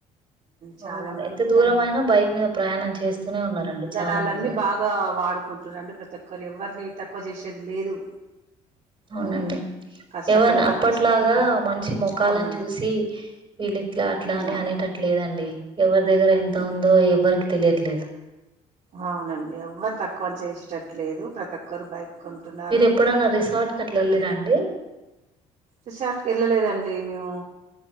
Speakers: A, on the right; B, on the right.
A: చాలా
B: అవునండి
A: మంది
B: ఎంత దూరం
A: అని
B: అయినా బైక్ మీద ప్రయాణం చేస్తూనే ఉన్నారండి
A: ఇంధనాలన్నీ
B: చాలా మంది
A: బాగా వాడుకు కుంటున్నారండి ప్రతి ఒక్కరు ఎవర్ని తక్కువ చేసేది లేదు
B: అవునండి
A: ఆ కష్టపడి
B: ఎవార్ని
A: వర్క్
B: అప్పట్లాగా
A: చే హ్మ్.
B: మనిషి మొఖాలను
A: అవునండి
B: చూసి వీళ్ళిట్లా అట్లా అని
A: అవును
B: అనేటట్లేదండి ఎవరి దగ్గర ఎంత
A: ఇప్పుడు
B: ఉందో ఎవ్వరికి తెలియట్లేదు
A: అవునండి ఎవ్వరు తక్కువ అని చేసేటట్లేదు ప్రతి ఒక్కరు బైక్ కొంటున్నారుక్క
B: మీరు ఎప్పుడన్నా రిసార్ట్ కి అట్లా వెళ్ళిరా అండి
A: రిషాట్కి వెళ్ళలేదండి మేము